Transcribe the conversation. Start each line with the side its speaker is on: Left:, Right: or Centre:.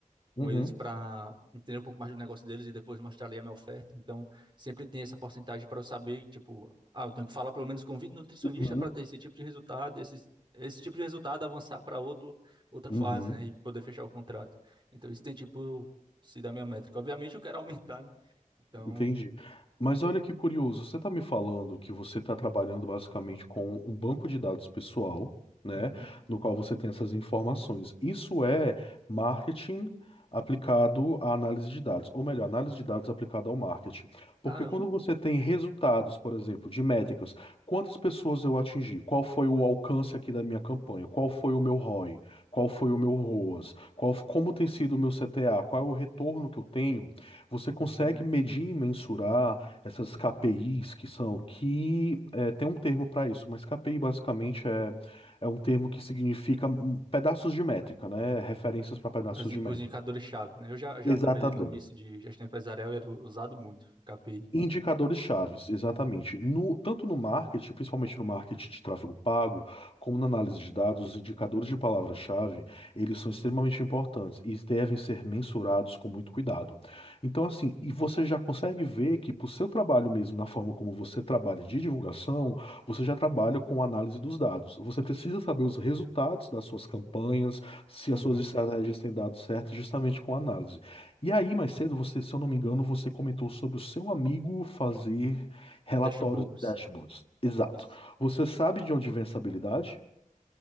Right: com
Left: uhum,
Right: eles
Left: uhum,
Right: para entender um pouco mais do negócio deles e depois mostrar ali a minha oferta. Então, sempre tem essa porcentagem para eu saber, tipo, ah, eu tenho que falar pelo menos com 20 nutricionistas
Left: uhum,
Right: para ter esse tipo de resultado, e esse, esse tipo de resultado avançar para outro outra
Left: uhum.
Right: fase, né, e poder fechar o contrato. Então, isso tem tipo se da minha métrica. Obviamente eu quero aumentar, né? Então,
Left: Entendi. Mas olha que curioso, você está me falando que você está trabalhando basicamente com um banco de dados pessoal, né,
Right: Uhum.
Left: no qual você tem essas informações. Isso é marketing aplicado à análise de dados, ou melhor, análise de dados aplicada ao marketing.
Right: caramba.
Left: Porque quando você tem resultados, por exemplo, de métricas, quantas pessoas eu atingi? Qual foi o alcance aqui da minha campanha? Qual foi o meu ROI? Qual foi o meu ROAS? Qual, como tem sido o meu CTA? Qual é o retorno que eu tenho? Você consegue
Right: Hum.
Left: medir e mensurar essas KPIs que são, que é, tem um termo para isso, mas KPI basicamente é, é um termo que significa hum, pedaços de métrica, né? Referências para pedaços
Right: Os in-
Left: de métrica.
Right: os indicadores-chave, né? Eu já, já
Left: Exatamente.
Right: trabalhei no início de gestão empresarial e era usado muito o KPI.
Left: Indicadores chaves, exatamente. No- tanto no marketing, principalmente no marketing de tráfego pago, como na análise de dados, os indicadores de palavra-chave, eles são extremamente importantes e devem ser mensurados com muito cuidado. Então, assim, e você já consegue ver que para o seu trabalho mesmo, na forma como você trabalha de divulgação, você já trabalha com análise dos dados. Você precisa saber os resultados das suas campanhas, se
Right: Uhum.
Left: as suas estratégias têm dado certo, justamente com análise. E aí, mais cedo, você, se eu não me engano, você comentou sobre o seu amigo fazer relatórios
Right: Dashboards.
Left: e dashboards. Exato.
Right: Isso.
Left: Você sabe de onde vem essa habilidade?